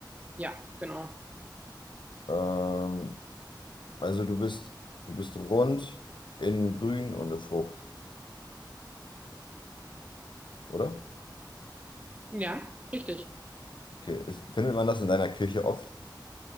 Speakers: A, on the right; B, on the left.
A: Ja, genau.
B: Ähm, also du bist, du bist rund, innen grün und eine Frucht, oder?
A: Ja, richtig.
B: Okay. Ist, findet man das in deiner Küche oft?